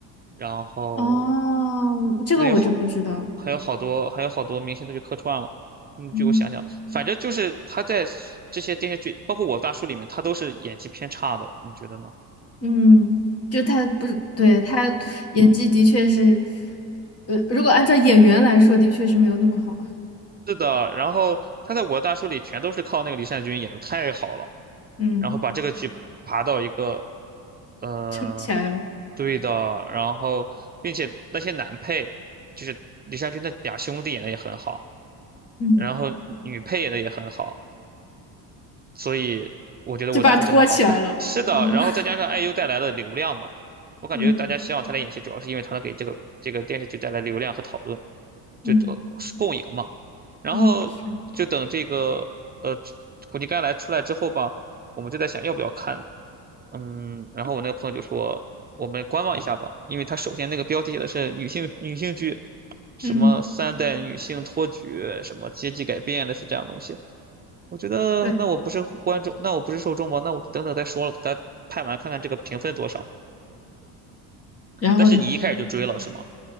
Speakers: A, on the right; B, on the left.
A: 然后
B: 哦，这个我就不知道了。
A: 那有好，还有好多，还有好多明星都去客串了。嗯，
B: 嗯
A: 就我想想，反正就是他在 s- 这些电视剧，包括《我的大叔》里面，他都是演技偏差的，你觉得呢？
B: 嗯，就他不是，对，他演技的确是，呃，如果按照演员来说，的确是没有那么好。
A: 是的，然后他在《我的大叔》里全都是靠那个李善均演的太好了，
B: 嗯，
A: 然后把这个剧爬到一个，呃，
B: 撑起来了，
A: 对的，然后并且那些男配，就是李善均那俩兄弟演的也很好。
B: 嗯，
A: 然后女配演的也很好，所以我觉得我大叔这么好看。
B: 就把拖起来了。
A: 是的，
B: 嗯
A: 然后再加上
B: <laughs>
A: IU 带来的流量嘛，我感觉大家希望他来演戏，
B: 嗯
A: 主要是因为他能给这个这个电视剧带来流量和讨论，就呃共赢嘛。
B: 嗯
A: 然后就等这个呃
B: 嗯，是，
A: 苦尽甘来出来之后吧，我们就在想要不要看呢？嗯，然后我那个朋友就说我们观望一下吧，因为他首先那个标题写的是女性女性剧，什么三代女性托举，
B: 嗯。
A: 什么阶级改变，类似这样的东西。我觉得那我不是观众，
B: 对。
A: 那我不是受众吗？那我等等再说了，咱拍完看看这个评分多少。
B: 然后呢？
A: 但是你一开始就追了是吗？